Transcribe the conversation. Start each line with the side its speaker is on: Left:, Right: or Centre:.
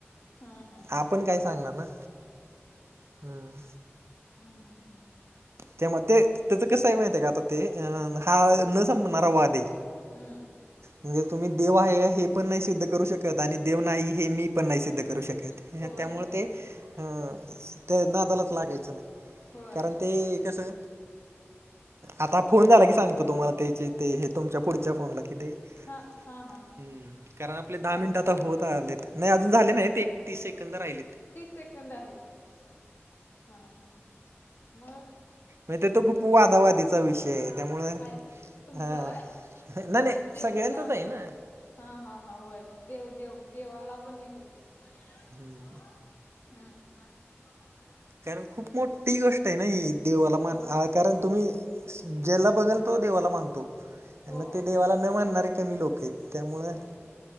Left: हं हं हं.
Right: आपण काय सांगणार ना हम्म.
Left: हम्म हम्म हा हा.
Right: त्या म ते त्याच कसं आहे माहिती आहे का आता ते अं हा न संपणारा वादे
Left: हम्म.
Right: म्हणजे तुम्ही देव आहे हे पण नाही सिद्ध करू शकत आणि देव नाही हे मी पण नाही सिद्ध करू शकत
Left: होय
Right: त्यामुळे ते हा ते नादालाच लागायचं नाही
Left: होय.
Right: कारण ते कसं आता फोन झाला की सांगतो तुम्हाला त्याचे ते हे तुमच्या पुढच्या फोनला कि ते हम्म
Left: हा हा हा हा.
Right: कारण आपले दहा
Left: बर
Right: मिनिटं
Left: बर
Right: आता
Left: चालतंय.
Right: होत आलेत नाही अजून झाले
Left: हा.
Right: नाही ते. तीस सेकंद राहिले.
Left: तीस सेकंद आहेत हा हा हा मग.
Right: माहिते तो ग्रूप वादावादीचा विषय आहे त्यामुळं
Left: हाय तुमचा
Right: हा नाही नाही
Left: देव
Right: सगळ्यांचाच
Left: हा.
Right: आहे ना
Left: हा हा हा वय देव देव देवाला आपण हे करतोयत.
Right: हम्म.
Left: हम्म.
Right: कारण खूप मोठी गोष्ट आहे ना ही. देवाला मान
Left: होय
Right: आय कारण तुम्ही ज्याला बघाल तो देवाला मानतो आणि
Left: हो
Right: म ते देवाला उना मानणारे कमी लोकं आहेत त्यामुळे
Left: हो